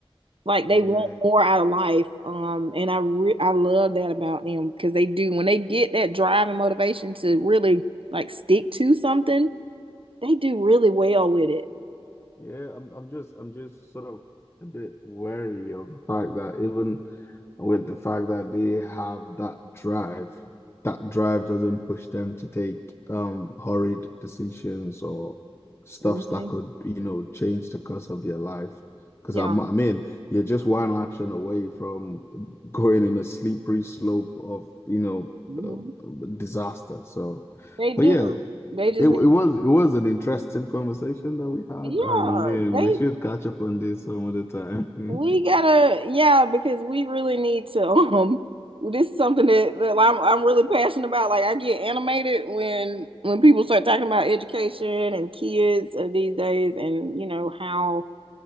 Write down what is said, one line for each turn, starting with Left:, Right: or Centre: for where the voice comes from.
Right: like they
Left: yeah
Right: want more out of life. Um, and I re I love that about them because they do when they get that drive and motivation to really like stick to something, they do really well with it.
Left: yeah. I'm I'm just I'm just sort of a bit wary of the fact that even with the fact that they have that drive. That drive doesn't push them to take um hurried decisions or stuffs
Right: hmm
Left: that could, you know, change the course of their life. Because
Right: Yeah.
Left: I'm, I mean, you're just one action away from going in a slippery slope of, you know,
Right: hmm
Left: uh, disaster. So,
Right: They do.
Left: but yeah,
Right: They just
Left: it,
Right: need,
Left: it was it was an interesting conversation that we had,
Right: yeah,
Left: and I mean,
Right: they
Left: we should catch up on this some other time.
Right: We gotta, yeah, because we really need to. <laughs> Um, this is something that, that I'm I'm really passionate about. Like I get animated when when people start talking about education and kids uh, these days, and you know how